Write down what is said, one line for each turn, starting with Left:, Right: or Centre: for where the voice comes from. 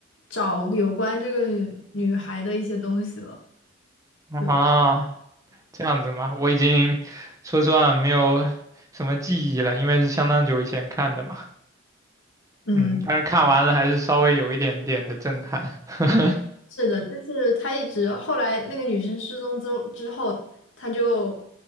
Left: 找有关这个女孩的一些东西了。
Right: 啊，
Left: 对
Right: 这样子吗？我已经说实话没有什么记忆了，因为是相当久以前看的嘛。
Left: 嗯，
Right: 嗯，但是看完了还是稍微有一点点的震撼。<laughs>
Left: 是的，就是他一直后来那个女生失踪之之后，他就